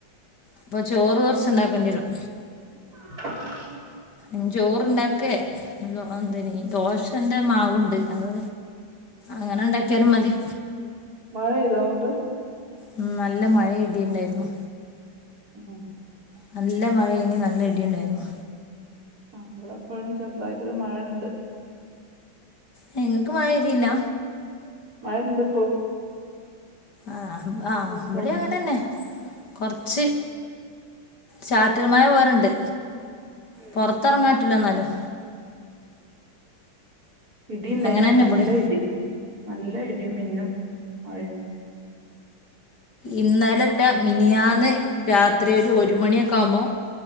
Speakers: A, on the left (about 55°); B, on the right (about 45°).
A: അപ്പൊ ചോറ് കൊർച്ച്ണ്ടാക്കണ്ടി വരും.
B: <inaudible>
A: ൻ ചോറ്ണ്ടാക്കെ. എന്ത അഎന്തേനി ദോശന്റെ മാവ്ണ്ട് അത് അങ്ങനെണ്ടാ ക്ക്യാലും മതി
B: മഴ പെയ്തോ അങ്ങോട്ട്
A: ഉം നല്ല മഴെ ഇടീം ഉണ്ടായിരുന്നു
B: ഉം.
A: നല്ല മഴേനി നല്ല ഇടിണ്ടായിരുന്നു.
B: ആ ഇവ്ടെ ഇപ്പഴും ചെറുതായിട്ടൊരു മഴണ്ട്.
A: ഏ ഇങ്ങക്ക് മഴെയ്തില്ല?
B: മഴണ്ട്പ്പോ.
A: ആഹ് ആഹ്
B: ഒരു
A: ഇവടി
B: സൗണ്ട്
A: അങ്ങനെന്നെ. കൊർച്ച് ചാറ്റൽമഴ പോരെണ്ട്
B: ഉം
A: പൊറത്തെർങ്ങാ.
B: ഉം ഉം
A: ഇല്ലന്നാലും.
B: ഇടിണ്ടേനി
A: അങ്ങനെ തന്നെ
B: നല്ല
A: ഇവിടെ
B: ഇടി നല്ല ഇടിം മിന്നും മഴേം
A: ഇന്നലെല്ല മിനിയാന്ന് രാത്രി ഒരു ഒരു മണിയൊക്കെ ആവുമ്പോ.